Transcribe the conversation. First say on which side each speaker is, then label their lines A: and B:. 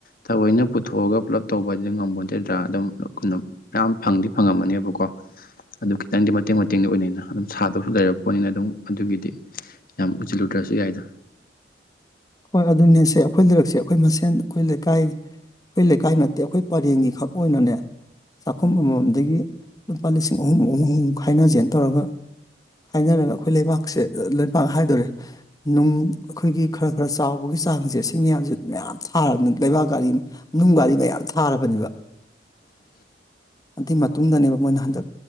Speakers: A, on the left; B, on the left.
A: ꯊꯑꯣꯏꯅ ꯄꯨꯊꯣꯛꯑꯒ ꯄꯨꯂꯞ ꯇꯧꯕ ꯉꯝꯝꯕꯣꯏ ꯅꯠꯇꯗ꯭ꯔꯥ ꯑꯗꯨꯝꯅ ꯃꯌꯥꯝ ꯐꯪꯗꯤ ꯐꯪꯉꯝꯃꯅꯦꯕꯀꯣ ꯑꯗꯨ ꯈꯤꯇꯪꯗꯤ ꯃꯇꯦꯡ ꯃꯇꯦꯡꯗꯤ ꯑꯣꯏꯅꯤꯅ ꯑꯗꯨꯝ ꯁꯥꯗꯧꯁꯨ ꯂꯩꯔꯕ ꯄꯣꯠꯅꯤꯅ ꯑꯗꯨꯝ ꯑꯗꯨꯒꯤꯗꯤ ꯌꯥꯝ ꯎꯁꯤꯜꯂꯨꯗ꯭ꯔꯁꯨ ꯌꯥꯏꯗꯣ
B: ꯍꯣꯏ ꯑꯗꯨꯅꯦ ꯁꯦ ꯑꯩꯈꯣꯏ ꯂꯩꯔꯛꯁꯦ ꯑꯩꯈꯣꯏ ꯃꯁꯦꯟ ꯑꯩꯈꯣꯏ ꯂꯩꯀꯥꯏ ꯑꯩꯈꯣꯏ ꯂꯩꯀꯥꯏ ꯅꯠꯇꯦ ꯑꯩꯈꯣꯏ ꯄꯔꯦꯡꯒꯤ ꯈꯛ ꯑꯣꯏꯅꯅꯦ ꯆꯥꯛꯈꯨꯝ ꯑꯃꯃꯝꯗꯒꯤ ꯂꯨꯄꯥ ꯂꯤꯁꯤꯡ ꯑꯍꯨꯝ ꯑꯍꯨꯝ ꯑꯨꯝꯃꯨꯛ ꯈꯥꯏꯅꯖꯦꯅ ꯇꯧꯔꯒ ꯍꯥꯏꯅꯔꯒ ꯑꯩꯈꯣꯏ ꯂꯩꯕꯥꯛꯁꯦ ꯂꯩꯄꯥꯛ ꯍꯥꯏꯗꯣꯔꯦ ꯅꯨꯡ ꯑꯩꯈꯣꯏꯒꯤ ꯈꯔ ꯈꯔ ꯆꯥꯎꯕꯒꯤ ꯆꯥꯡꯁꯦ ꯁꯤ ꯃꯌꯥꯝꯁꯦ ꯃꯌꯥꯝ ꯊꯥꯔꯕꯅꯤꯅ ꯂꯩꯕꯥꯛꯀꯔꯤ ꯅꯨꯡ ꯒꯥꯔꯤ ꯃꯌꯥꯝ ꯊꯥꯔꯕꯅꯦꯕ
A: <inaudible>
B: ꯑꯗꯨꯏ ꯃꯇꯨꯡꯗꯅꯦꯕ ꯃꯣꯏꯅ ꯍꯟꯗꯛ